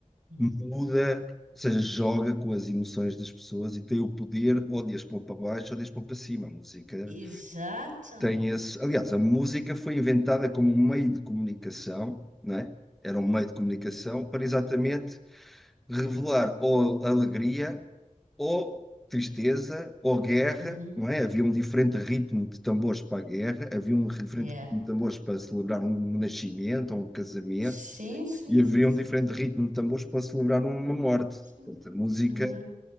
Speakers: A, on the right (about 80°); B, in the centre.
A: Uhum.
B: muda, ou seja, joga com as emoções das pessoas e tem o poder ou de as pôr para baixo ou de as pôr para cima. A música
A: Exato.
B: tem esse. Aliás, a música foi inventada como um meio de comunicação, não é? Era um meio de comunicação para exatamente revelar ou a alegria ou tristeza, ou guerra,
A: Uhum.
B: não é? Havia um diferente ritmo de tambores para a guerra, havia um diferente
A: Yeah.
B: ritmo de tambores para celebrar um nascimento ou um casamento,
A: Sim, sim,
B: e
A: sim,
B: havia
A: sim,
B: um diferente ritmo de tambores para celebrar uma morte.
A: sim.
B: Portanto, a música
A: Uhum.